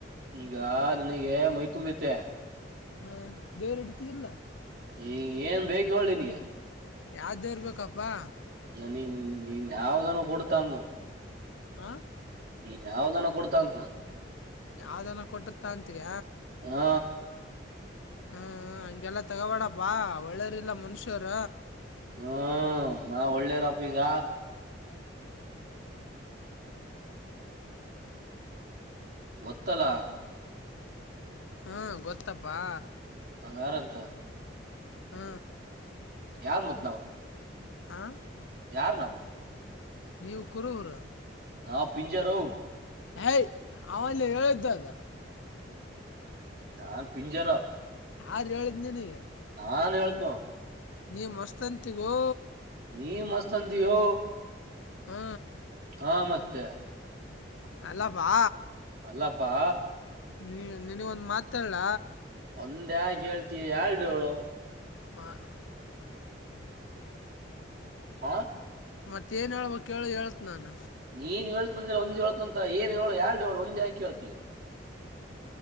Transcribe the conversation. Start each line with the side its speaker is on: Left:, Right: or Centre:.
Right: ಈಗ ನನಗೆ ಮೈ ತುಂಬತ್ತೆ
Left: ಹಾ ದೇವರೆಡ್ತರ್ಲ್ಲ
Right: ಈ ಏನ್ ಬೇಕ ಒಳ್ಳಿಿನಗೆ
Left: ಯಾವ್ದ್ದೇರ್ಬೇಕಪ್ಪಾ
Right: ನ ನೀನ್ ನೀನ್ ಯಾವ್ದನ ಕೊಡತಾನ
Left: ಹ
Right: ನೀನ್ ಯಾವ್ದನ ಕೊಡ್ತಂತನ
Left: ಯಾವ್ದನ ಕೊಟ್ಟಿರ್ತಾ ಅಂತಗ
Right: ಹ
Left: ಹ ಇಂಗೆಲ್ಲ ತೆಗವಾಡಪ್ಪ ವಾ ಒಳ್ಳೆಯರಿಲ್ಲ ಮನುಷ್ಯರ
Right: ಹ್ಮ್ ನ ಒಳ್ಳೇ ರಪ್ಪ ಈಗ ಗೊತ್ತಲಾ
Left: ಹ್ಮ ಗೊತ್ತಪ್ಪಾ
Right: ನಾ ಯಾರಂತ
Left: ಹ್ಮ
Right: ಯಾರ ಮತ್ಲಾವ
Left: ಹಾ
Right: ಯಾರ ನಾವು
Left: ನೀವುಕರ ಹರ
Right: ನಾ ಪಿಂಜಾರೋ
Left: ಹಯ್ ಅವಲ್ಲ ಹೇಳಿದ್ದದ
Right: ನಾನ್ ಪಿಂಜರ
Left: ಆರ ಹೇಳಿದ ನಿಂಗೆ
Right: ನಾನ್ ಹೇಳ್ತೀನಿ
Left: ನಿನ್ನ ಮಸ್ತಂತಿರೋ
Right: ನೀ ಮಸ್ತ ಅಂದಿಯೋ
Left: ಹೂ
Right: ಹಾ ಮತ್ತೆ
Left: ಅಲ್ಲಪಾ
Right: ಅಲ್ಲಪ್ಪಾ
Left: ನೀ ನಿನಗೊಂದ್ ಮಾತ ಹೇಳ್ಲ
Right: ಒಂದೇ ಯಾಕ ಹೇಳ್ತಿ ಎರಡು ಹೇಳು
Left: <unintelligible>
Right: ಹಾ
Left: ಮತ್ತೇನು ಹೇಳ್ಬ ಹೇಳು ಹೇಳ್ತೀನಿ ನಾನ
Right: ನೀನ್ ಹೇಳ್ತ್ ನಂದಿಲ್ಲ ಒಂದ್ ಹೇಳ್ತಂತ ಏನ್ ಹೇಳು ಎಲ್ಡ್ ಹೇಳು ಒಂದ್ ಯಾಕೆ ಹೇಳ್ತೀಯ